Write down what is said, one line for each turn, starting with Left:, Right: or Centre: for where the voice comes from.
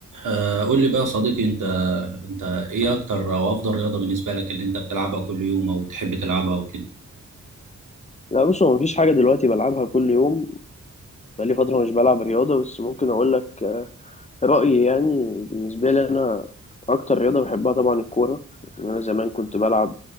Right: آه، قول لي بقى يا صديقي انت انت ايه اكتر او افضل رياضة بالنسبة لك اللي انت بتلعبها كل يوم او تحب تلعبها وكده
Left: لا بص هو مفيش حاجة دلوقتي بلعبها كل يوم بقالي فترة مش بلعب رياضة بس ممكن أقول لك رأيي يعني بالنسبة لي أنا أكتر رياضة بحبها طبعا الكورة أنا زمان كنت بلعب